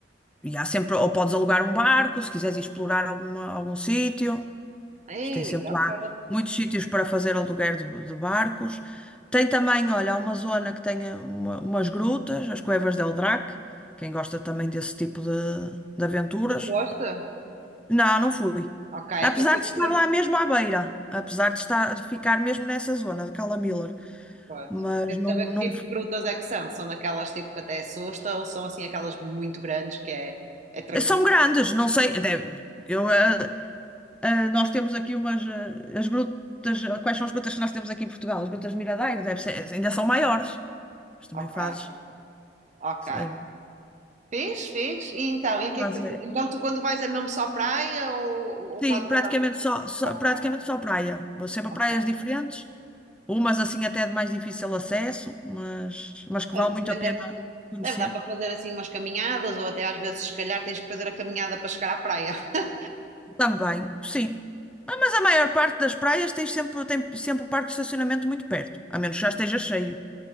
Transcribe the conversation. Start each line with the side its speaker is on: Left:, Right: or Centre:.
Centre: E há sempre, ou podes alugar um barco, se quiseres ir explorar alguma, algum sítio.
Right: Ei,
Centre: Mas Tem sempre
Right: ok.
Centre: lá muitos sítios para fazer aluguer de, de barcos. Tem também, olha, há uma zona que tem eh, uma- umas grutas, as Cuevas del Drac. Quem gosta também desse tipo de, de aventuras.
Right: Tu foste?
Centre: Não, não fui.
Right: Ok, é
Centre: Apesar
Right: que eu tenho
Centre: de estar
Right: que ter.
Centre: lá mesmo à beira, apesar de estar, de ficar mesmo nessa zona de Cala Miller.
Right: Pois.
Centre: Mas
Right: Quero
Centre: não,
Right: saber
Centre: não.
Right: que tipo de grutas é que são. São daquelas tipo que até assusta ou são assim aquelas muito grandes que é, é tranquilo?
Centre: São grandes, não sei. deve- eu, eh, eh, nós temos aqui umas. eh, as grutas. eh, Quais são as grutas que nós temos aqui em Portugal? As grutas de Miradouro, deve ser, ainda são maiores. Mas também
Right: Ok,
Centre: fazes.
Right: ok.
Centre: eh,
Right: Fez, fez. E então, e o que
Centre: fazes,
Right: é que-
Centre: eh,
Right: então tu quando vais é mesmo só praia ou, ou
Centre: sim,
Right: fazes
Centre: praticamente
Right: mais alguma coisa?
Centre: só, só-
Right: Ok,
Centre: praticamente só praia. Vou sempre
Right: ok.
Centre: a praias diferentes, umas assim até de mais difícil acesso, mas, mas que
Right: Pois,
Centre: vale muito
Right: Também
Centre: a pena
Right: deve,
Centre: conhecer.
Right: deve dar para fazer assim umas caminhadas ou até às vezes se calhar tens que fazer a caminhada para chegar à praia. <laughs>
Centre: Também, sim. Ah, Mas a maior parte das praias tem sempre, tem sempre o parque de estacionamento muito perto, a menos que já esteja cheio.